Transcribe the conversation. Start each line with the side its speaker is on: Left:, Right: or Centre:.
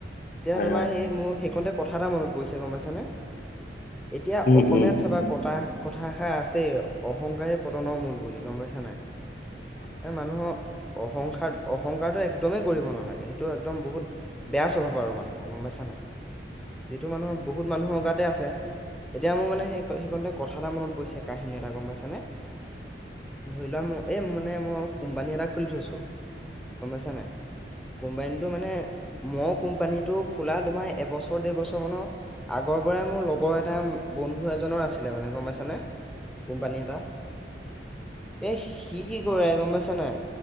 Centre: এতিয়া
Left: হয়
Centre: তোমাৰ
Left: হয়
Centre: সেই মোৰ সেইখনতে কথা এটা মনত পৰিছে গম পাইছানে? এতিয়া
Left: উম
Centre: অসমীয়াত
Left: উম।
Centre: চাবা কথা', কথা এষাৰ আছে, অহংকাৰে পতনৰ মূল বুলি, গম পাইছা নাই', এ মানুহৰ অহংকাৰ - অহংকাৰটো একদমেই কৰিব নালাগে, সেইটো একদম বহুত', বেয়া স্বভাৱ আৰু মানুহৰ গম পাইছা নাই, যিটো মানুহৰ বহুত মানুহৰ গাতে আছে', এতিয়া মোৰ মানে সেইখ - সেইখনতে কথা এটা মনত পৰিছে কাহিনী এটা গম পাইছানে, ধৰি লোৱা মোৰ', মোৰ মানে মই কোম্পানী এটা খুলি থৈছোঁ, গম পাইছা নে, কোম্পানীটো মানে', মই কোম্পানীটো খোলা তোমাৰ এবছৰ - ডেৰ বছৰ মানৰ', আগৰ পৰাই মোৰ লগৰ এটা বন্ধু এজনৰ আছিলে মানে গম পাইছা নে', কোম্পানী এটা, এ সি কি কৰে গম পাইছা নাই?